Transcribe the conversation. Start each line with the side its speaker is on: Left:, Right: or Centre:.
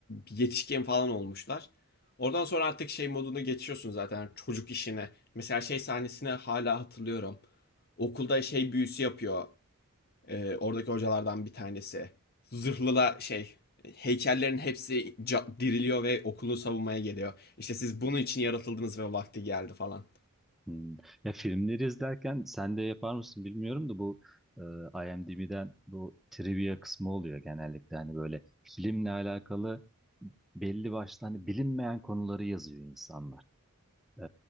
Left: yetişkin falan olmuşlar. Oradan sonra artık şey moduna geçiyorsun zaten çocuk işine. Mesela şey sahnesini hala hatırlıyorum. Okulda şey büyüsü yapıyor. e, oradaki hocalardan bir tanesi. Zırhlıla şey heykellerin hepsi ca- diriliyor ve okulu savunmaya geliyor. İşte siz bunun için yaratıldınız ve vakti geldi falan.
Centre: Hmm. Ya filmleri izlerken sen de yapar mısın bilmiyorum da bu e, IMDb'den bu trivia kısmı oluyor genellikle hani böyle filmle alakalı belli başlı hani bilinmeyen konuları yazıyor insanlar. Ee,